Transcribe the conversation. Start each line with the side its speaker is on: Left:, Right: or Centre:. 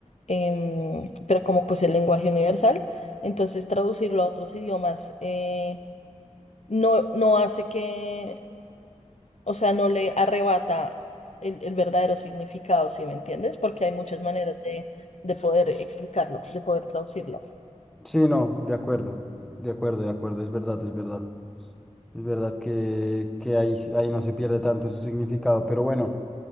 Left: em, pero como pues el lenguaje universal, entonces traducirlo a otros idiomas eh, no, no hace que o sea, no le arrebata el, el verdadero significado, ¿sí me entiendes? Porque hay muchas maneras de, de poder explicarlo, de poder traducirlo.
Centre: sí, no, de acuerdo, de acuerdo, de acuerdo, es verdad, es verdad. Es verdad que, que ahí, s- ahí no se pierde tanto su significado. Pero bueno,